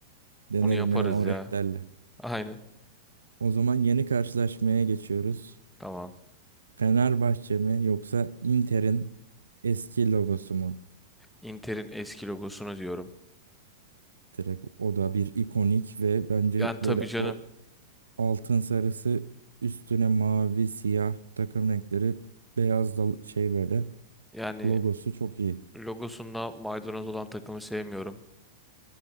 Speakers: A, on the right; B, in the centre.
A: Denerim
B: Onu yaparız
A: yani o
B: ya.
A: renklerle.
B: Aynen.
A: O zaman yeni karşılaşmaya geçiyoruz.
B: Tamam.
A: Fenerbahçe mi yoksa Inter'in eski logosu mu?
B: Inter'in eski logosunu diyorum.
A: Direkt o da bir ikonik ve bence
B: Yani tabii
A: böyle
B: canım.
A: o altın sarısı üstüne mavi, siyah takım renkleri beyaz da şey böyle
B: Yani
A: logosu çok iyi.
B: logosunda maydanoz olan takımı sevmiyorum.